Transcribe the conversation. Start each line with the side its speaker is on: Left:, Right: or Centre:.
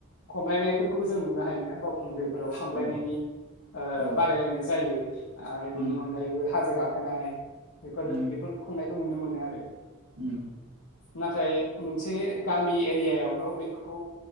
Left: खमलायनायफोरबो बो जों नुनो हायोना बावखुंग्रिफोराव खमलायनायनि
Right: औ औ
Left: बादायलायनाय जायो आरो
Right: उम
Left: बेनि अनगायैबो हाजो गाखो खोनानाय बेफोर
Right: उम
Left: बेफोर खुंनाय खौ नुनो मोनो आरो
Right: उम
Left: नाथाय मोनसे गामि एरियायावल' बेफोरखौ